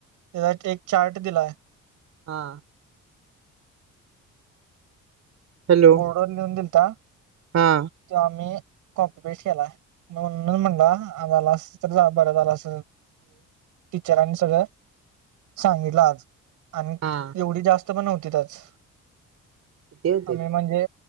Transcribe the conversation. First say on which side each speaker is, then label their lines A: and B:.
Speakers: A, on the right; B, on the right.
A: त्याचाच एक चार्ट दिलाय.
B: हा. हॅलो
A: बोर्डवर लिहून दिलता,
B: हा
A: त्यो आम्ही कॉपी पेस्ट केलाय, म्हणूनच म्हणला आज आला असतास तर बरं झालं आस, टीचरांनी सगळं सांगितलं आज. आणि
B: हा
A: एवढी जास्त पण नव्हतीत आज
B: किती होते
A: आम्ही म्हणजे